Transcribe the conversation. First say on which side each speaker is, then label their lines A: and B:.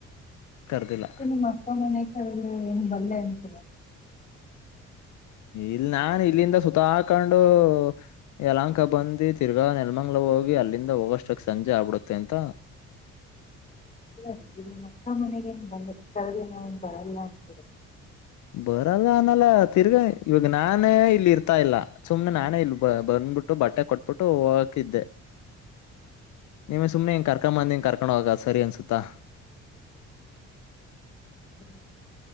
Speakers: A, on the left; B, on the left.
A: ಕರ್ದಿಲ್ಲ
B: ಮತ್ತೆ ನಿಮ್ಮ ಅಪ್ಪ ಅಮ್ಮನೇ ಕಾರುದ್ರೆ ಏನ್ ಬರಲ್ಲ ಅಂತಿರಾ.
A: ಇಲ್ ನಾನೇ ಇಲ್ಲಿಂದ ಸುತ ಹಾಕೊಂಡು, ಯಲಹಂಕ ಬಂದ ತಿರ್ಗಾ ನೆಲಮಂಗ್ಲ ಹೋಗಿ ಅಲ್ಲಿಂದ ಹೋಗಷ್ಟಕ್ ಸಂಜೆ ಆಗ್ಬಿಡುತ್ತೆ ಅಂತ,
B: ಇಲ್ಲ ರೀ ಈ ನಿಮ್ಮ ಅಕ್ಕ ಮನೆಗೇನ್ ಬಂದ ತ ನಾವೇನ್ ಬರಲ್ಲ ಅಂತ ಹೇಳ
A: ಬರಲ್ಲ ಅನಲ್ಲ, ತಿರ್ಗ ಇವಾಗ ನಾನೇ ಇಲ್ಲಿ ಇರ್ತಾ ಇಲ್ಲ ಸುಮ್ನೆ ನಾನೇ ಇಲ್ ಬ ಬಂದ್ಬಿಟ್ಟು ಬಟ್ಟೆ ಕೊಟ್ಬಿಟ್ಟು ಹೋಗಕಿದ್ದೆ ನಿಮ್ನ ಸುಮ್ನೆ ಹಿಂಗ್ ಕರ್ಕೊಂಡ್ ಬಂದಿ, ಕರ್ಕೊಂಡ್ ಹೋಗದ್ ಸರಿ ಅನ್ಸುತ್ತಾ?
B: <unintelligible>